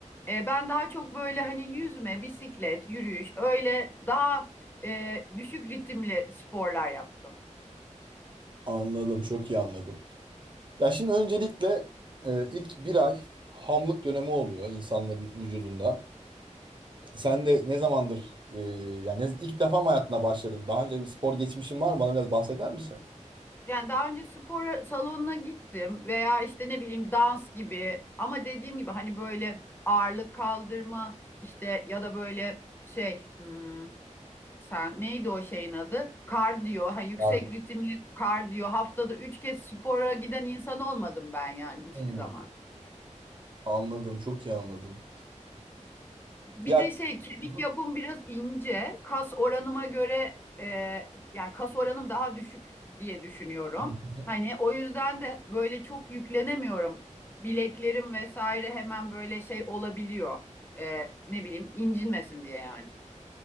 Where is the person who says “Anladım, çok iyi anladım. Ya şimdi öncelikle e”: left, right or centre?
Right